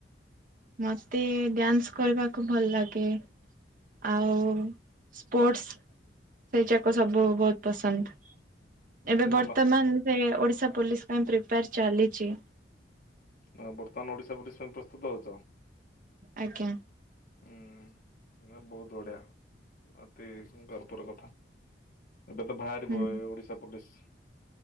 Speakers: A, on the right; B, on the left.
A: ମତେ ଡ୍ୟାନ୍ସ କରିବାକୁ ଭଲ ଲାଗେ। ଆଉ ସ୍ପୋର୍ଟସ ସେଇଯାକ ସବୁ ବହୁତ ପସନ୍ଦ। ଏବେ
B: ଭଲ
A: ବର୍ତ୍ତମାନ ସେ ଓଡିଶା ପୋଲିସ ପାଇଁ ପ୍ରିପାୟର ଚାଲିଛି।
B: ନା ବର୍ତ୍ତମାନ ଓଡିଶା ପୋଲିସ ପାଇଁ ପ୍ରସ୍ତୁତ ଅଛ?
A: ଆଜ୍ଞା।
B: ହୁଁ ନା ବହୁତ ବଢିଆ ଅତି ଗର୍ବର କଥା। ଏବେ ତ ବାହାରିବ
A: ହୁଁ
B: ଏ ଓଡିଶା ପୋଲିସ